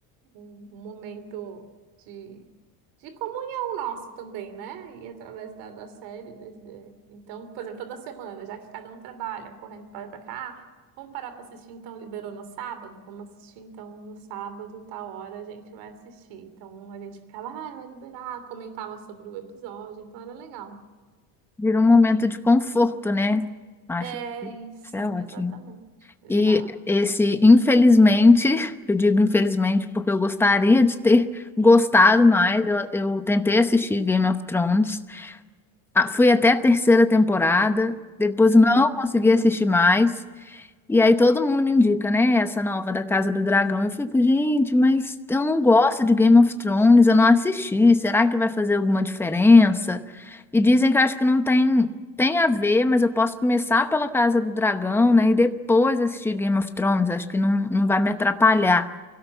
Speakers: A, on the right; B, in the centre.
A: um um momento de, de comunhão nosso também, né? E através da, da série. desse- de- Então, por exemplo, toda semana, já que cada um trabalha, correndo para lá e para cá, ah, vamos parar para assistir então, liberou no sábado? Vamos assistir então no sábado, tal hora a gente vai assistir. Então a gente ficava, ah, vai liberar, comentava sobre o episódio, então era legal.
B: Vira um momento de conforto, né? Acho
A: É
B: que
A: isso,
B: isso é ótimo.
A: exatamente, exato.
B: E esse, infelizmente, <laughs> eu digo infelizmente porque eu gostaria de ter gostado mais. Eu, eu tentei assistir Game of Thrones, Ah, fui até a terceira temporada, depois
A: Uhum.
B: não consegui assistir mais. E aí todo mundo me indica, né? Essa nova da Casa do Dragão. Eu fico, gente, mas eu não gosto de Game of Thrones, eu não assisti. Será que vai fazer alguma diferença? E dizem que eu acho que não tem, tem a ver, mas eu posso começar pela Casa do Dragão, né? E depois assistir Game of Thrones. Acho que não, não vai me atrapalhar,